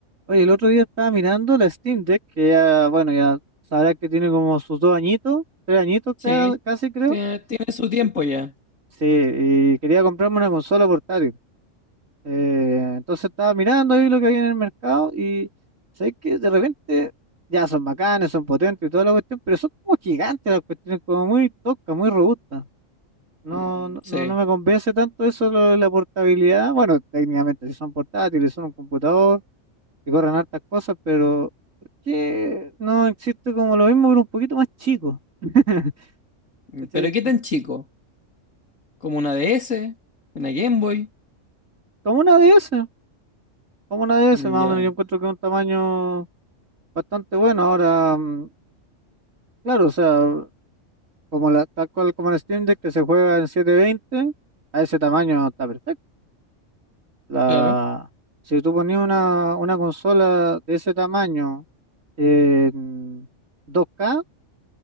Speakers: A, on the right; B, on the left.
A: Oye, el otro día estaba mirando la Steam Deck, que ya, bueno, ya sabrás que tiene como sus dos añitos, tres añitos
B: Sí,
A: cra- casi creo.
B: tiene, tiene su tiempo
A: Y-
B: ya.
A: Sí, y quería comprarme una consola portátil. Eh, entonces estaba mirando ahí lo que había en el mercado y sé que de repente ya son bacanes, son potentes y toda la cuestión, pero son como gigantes las cuestiones, como muy toscas, muy robustas. No,
B: Mm,
A: no,
B: sí.
A: no no me convence tanto eso lo de la portabilidad. Bueno, técnicamente si son portátiles, son un computador que corren hartas cosas, pero ¿por qué no existe como lo mismo, pero un poquito más chico? <laughs>
B: Mm,
A: ¿Cachai?
B: Pero ¿qué tan chico? ¿Como una DS? ¿Una Game Boy?
A: Como una DS, como una
B: Mm,
A: DS, más
B: ya,
A: o menos, yo encuentro que es un tamaño bastante bueno. Ahora, mm, claro, o sea, como la, tal cual como el Steam Deck que se juega en 720, a ese tamaño está perfecto. La,
B: claro.
A: si tú ponías una, una consola de ese tamaño en 2K,